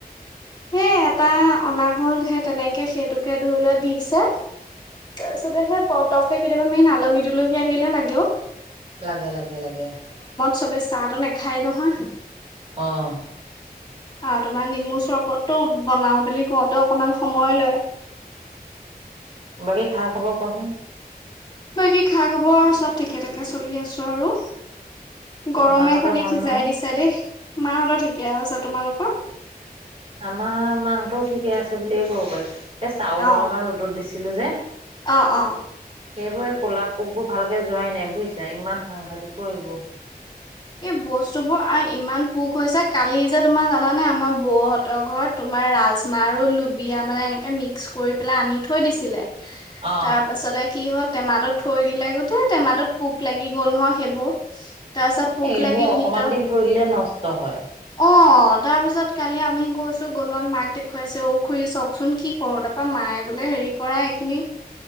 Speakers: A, on the left (about 25°); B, on the right (about 40°).
A: সেই এটা অনা হল সেই তেনেকে সেইটোকে ধৰি লোৱা দিছে, তাৰপিছতে সেই পতককে কেতিয়াবা মেইন আলহী- দুলহি আহিলে লাগে অ।
B: লাগে -লাগে- লাগে-
A: চবেই চাহ টো নাখায় নহয়
B: অ-
A: অ- তোমাৰ নেমু চৰবততটো বনাও বুলি কওঁতে অকমান সময় লয়।
B: বাকী খা-খবৰ কোৱাচোন।
A: বাকী খা-খবৰ চব ঠিকে থাকে চলি আছো আৰু-
B: অ
A: গৰমে
B: মাহঁতৰ
A: খালি
B: ভাল
A: সিজাই
B: নহয়
A: দিছা দেই। মাহঁতৰ ঠিকে আছা তোমালোকৰ
B: আমাৰ মাহঁতও ঠিকে আছে বুলিয়ে ক'ব পাৰি এ চাউল
A: অ
B: অলপমান ৰ'দত দিছিলো যে সেইবোৰৰে
A: অ অ
B: ক'লা পোকবোৰ ভালকে যোৱাই নাই বুজিছা ইমান সাংঘাতিকো এইবোৰ
A: এই বস্তু বোৰ আৰু ইমান পোক হৈছে কালি যে তোমাৰ জানানে আমাৰ বৌহঁতৰ ঘৰত তোমাৰ ৰাজমাহ আৰু লুবিয় মানে এনেকে মিক্স কৰি পেলাই আনি থৈ দিছিলে।
B: অ
A: তাৰ পাছতে কি হ'ল টেমাতত থৈ দিলে গোটেই টেমাতত পোক লাগি গ'ল নহ সেইবোৰ তা পিছত পোক
B: এইবোৰ
A: লাগি
B: অকমান
A: ভিতৰ
B: দিন থৰি দলে নষ্ট হয়
A: অ তাৰ পিছত কালি আমি গৈছো গ'লত মাক দেখুৱাইছে ঔ খুৰি চাকচোন কি কৰো তাৰপা মায়ে বোলে হেৰি কৰা এইখিনি